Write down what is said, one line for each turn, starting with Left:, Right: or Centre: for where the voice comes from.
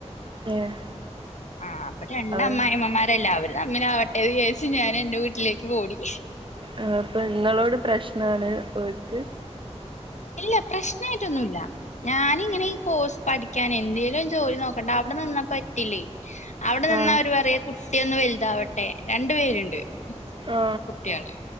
Right: ഏഹ്
Left: ആഹ് അപ്പ രണ്ട
Right: അവൻ
Left: അമ്മായിമ്മമാരല്ലേ അവര് തമ്മിലാവ ട്ടെ വിയേച്ച് ഞാനെന്റെ വീട്ടിലേക്കു വോടി.
Right: ആഹ് അപ്പ ഇങ്ങളോട് പ്രശ്നാണ് ഓൽക്ക്?
Left: ഇല്ല പ്രശ്നായിട്ടൊന്നുല്ല. ഞാനിങ്ങനെ ഈ കോഴ്സ് പഠിക്കാന് എന്തേലും ജോലി നോക്കണ്ടെ അവിടെ നിന്നാ പറ്റില്ലെ. അവിടെ നിന്നാ
Right: ആ
Left: അവര് പറയാ കുട്ടിയൊന്ന് വൽതാവട്ടെ രണ്ടു പേരുണ്ട്.
Right: ആ
Left: കുട്ട്യാള്